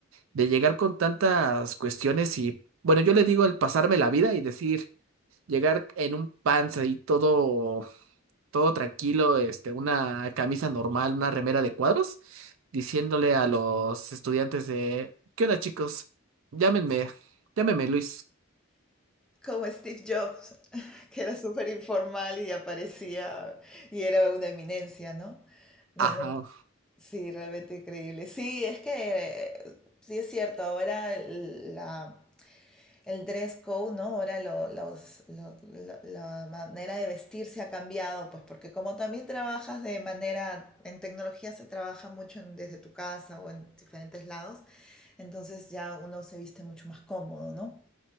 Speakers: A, on the right; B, in the centre.
A: de llegar con tantas cuestiones y, bueno, yo le digo el pasarme la vida y decir, llegar en un panza y todo todo tranquilo, este, una camisa normal, una remera de cuadros, diciéndole a los estudiantes de, ¿qué onda, chicos? Llámenme, llámenme Luis.
B: Como Steve Jobs, <laughs> que era súper informal y aparecía y era una eminencia, ¿no? Realmente,
A: Ajá,
B: sí, realmente increíble. Sí, es que eh, sí es cierto, ahora el- la, el dress code, ¿no? Ahora lo- los- lo- lo- la manera de vestir se ha cambiado, pues porque como también trabajas de manera, en tecnología se trabaja mucho en- desde tu casa o en diferentes lados, entonces ya uno se viste mucho más cómodo, ¿no?